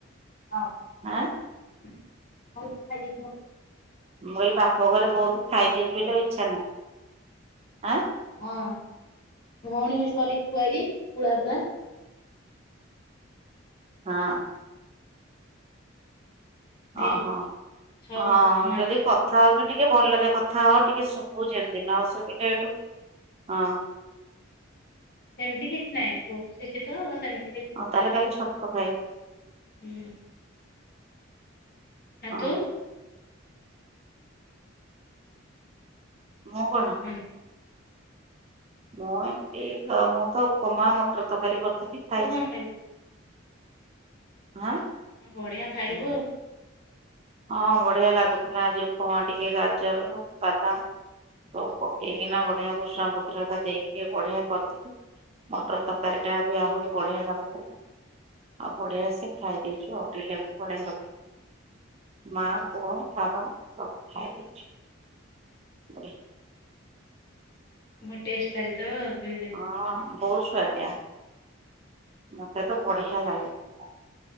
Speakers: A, on the left; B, on the right.
A: ହଁ
B: ଆଁ
A: ବୋହୁତ ଖାଇଦେଥିବ।
B: ମୁଁ କହିଲି ବାପ ଘରେ ବହୁତ
A: କରିକି
B: ଖାଇଦେଇଚୁ
A: ବେଶୀ ଖାଇଛି।
B: ବୋଲି ଆଉ ଇଚ୍ଛା ନାହିଁ। ଆଁ
A: ହଁ ଭଉଣୀ ବି ସ କରିକି ଖୁଆଇଛି ପୁଳା ପୁଳା।
B: ହଁ।
A: ଦି
B: ଓହୋ।
A: ଛଅ
B: ଅ
A: ସାତ ମାଛ
B: ଯଦି କଥା ହଉଚୁ ଟିକେ ଭଲରେ କଥା ହ ଟିକେ ଶୁବୁ ଯେମିତି ନ ସୁବିଲେ ହେଟୁ ହଁ।
A: ସେମିତି କିଛି ନାହିଁ ବସିଚି ତ ସେମିତି କିଛି ନାହିଁ
B: ଅଉ ତାହେଲେ
A: ସବୁ
B: କାଲି ଛତୁ ଖାଇ
A: ହୁଁ। ଆ
B: ହଁ
A: ତୁ
B: ମୁଁ କଣ?
A: <inaudible>
B: ମୁଁ ଏମତି ମୁଁ ତ ଉପମା ମଟର ତରକାରୀ କରିଥିଲି ଖାଇଛି।
A: ତୁ କଣ ଖାଇବୁ?
B: ଆଁ
A: ବଢିଆ ଖାଇବୁ ଆଉ।
B: ହଁ ବଢିଆ ଲାଗୁଥିଲା ଆଜି ଉପମା ଟିକେ ଗାଜର ବାଦାମ ସବୁ ପକେଇକି ନା ବଢିଆ ଭୁଷଙ୍ଗ ପ ଦେଇକି ବଢିଆ କରିଥିଲୁ ମଟର ତରକାରୀ ଟା ବି ଆହୁରି ବଢିଆ ଲାଗୁଥିଲା। ଆଉ ବଢଆ ସେ ଖାଇଦେଇଛୁ ଆଉ <inaudible> ପଳେଇଲୁ। ମା ପୁଅ ବାବା ସବୁ ଖାଇଦେଇଛୁ। ବଡ଼ି।
A: ବହୁ ଟେଷ୍ଟ ଲାଗିଥିବ ଗିଳି ଦେ
B: ହଁ ବହୁତ ସୁଆଦିଆ। ମତେ ତ ବଢିଆ ଲାଗିଲା